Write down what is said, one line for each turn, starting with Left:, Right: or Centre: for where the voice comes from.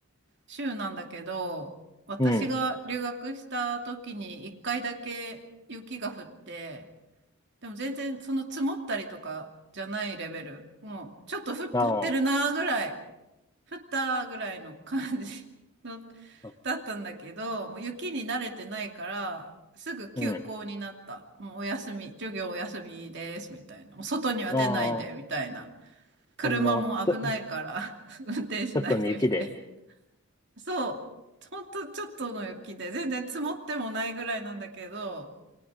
Right: 州なんだけど、私が留学した時に一回だけ雪が降って、
Left: うん。
Right: でも全然その積もったりとかじゃないレベル。もうちょっと降っ、
Left: あ
Right: 降ってるなーぐらい、降ったーぐらいの感じ <laughs> の、
Left: あ、
Right: だったんだけど、もう雪に慣れてないから、すぐ休校になった。
Left: うん。
Right: もうお休み、授業お休みです、みたいな。もう外には出ないで、
Left: ああ、
Right: みたいな。車も危ないから
Left: ほんの、ちょ、ち
Right: <laughs> 運転しないで、
Left: ょっとの雪で、
Right: みたいな。そう、ほんとちょっとの雪で、全然積もってもないぐらいなんだけど、